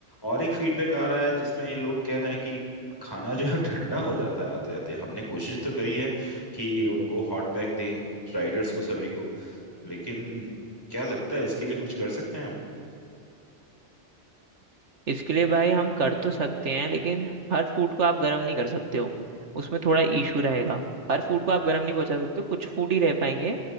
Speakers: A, on the left; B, on the right.
A: और एक फीडबैक आ रहा है जिसमें ये लोग कह रहे हैं कि खाना जो है ठंडा हो जाता है आते आते हमने कोशिश तो करी है कि उनको हॉट बैग दें राइडर्स को सभी को लेकिन क्या लगता है इसके लिए कुछ कर सकते हैं हम
B: इसके लिए भाई हम कर तो सकते हैं लेकिन हर फूड को आप गर्म नहीं कर सकते हो उसमें थोड़ा इशू रहेगा हर फूड को आप गर्म नहीं पहुंचा सकते हो कुछ फूड ही रह पाएंगे